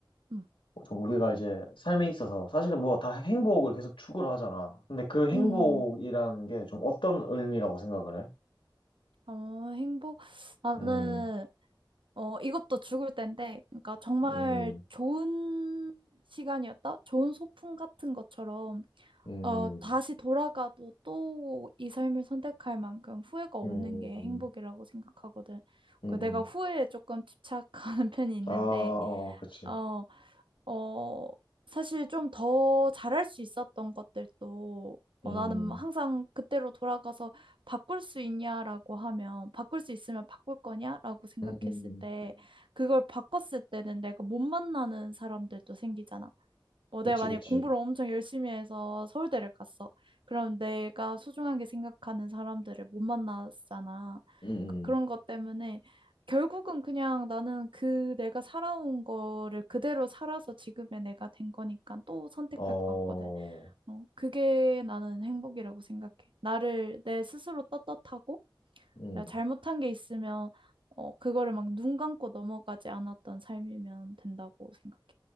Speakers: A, on the right (about 75°); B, on the left (about 75°).
A: 음.
B: 좀 우리가 이제 삶에 있어서 사실은 뭐 다 행복을 계속 추구를 하잖아. 근데 그 행복이라는
A: 음.
B: 게 좀 어떤 의미라고 생각을 해?
A: 어, 행복? 나는,
B: 음,
A: 어, 이것도 죽을 때인데, 그러니까 정말
B: 음,
A: 좋은 시간이었다? 좋은 소풍 같은 것처럼,
B: 음,
A: 어, 다시 돌아가도 또 이 삶을 선택할 만큼 후회가 없는
B: 음.
A: 게 행복이라고 생각하거든.
B: 음,
A: 그 내가
B: 음,
A: 후회에 조금 집착하는 <laughs> 편이 있는데,
B: 아, 어, 그치.
A: 어, 어, 사실 좀 더 잘할 수 있었던 것들도
B: 음,
A: 어, 나는 항상 그때로 돌아가서 바꿀 수 있냐라고 하면 바꿀 수 있으면 바꿀 거냐라고 생각했을
B: 음, 음.
A: 때 그걸 바꿨을 때는 내가 못 만나는 사람들도 생기잖아. 뭐
B: 그치,
A: 내가 만약에
B: 그치.
A: 공부를 엄청 열심히 해서 서울대를 갔어. 그럼 내가 소중하게 생각하는 사람들을 못 만났잖아.
B: 음,
A: 그- 그런
B: 음,
A: 것 때문에 결국은 그냥 나는 그 내가 살아온 거를 그대로 살아서 지금의 내가 된 거니까 또 선택할
B: 어,
A: 것 같거든. 어, 그게 나는 행복이라고 생각해. 나를 내 스스로 떳떳하고
B: 음,
A: 내가 잘못한 게 있으면 어, 그거를 막 눈 감고 넘어가지 않았던 삶이면 된다고 생각해.